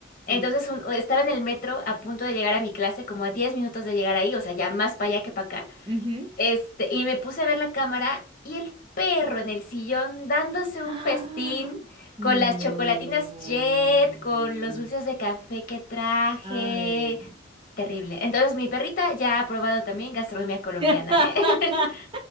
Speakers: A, on the right (about 25°); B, on the left (about 45°).
A: Sí.
B: Entonces un- estaba en el metro a punto de llegar a mi clase, como a 10 minutos de llegar ahí, o sea, ya más para allá que para acá.
A: ujú.
B: Este, y me puse a ver la cámara y el perro en el sillón dándose un
A: Ah,
B: festín
A: No,
B: con las chocolatinas
A: no,
B: Jet,
A: no.
B: con los dulces de café que traje.
A: Ay.
B: Terrible. Entonces, mi perrita ya ha probado también gastronomía colombiana,
A: <laughs>
B: ¿eh? <laughs>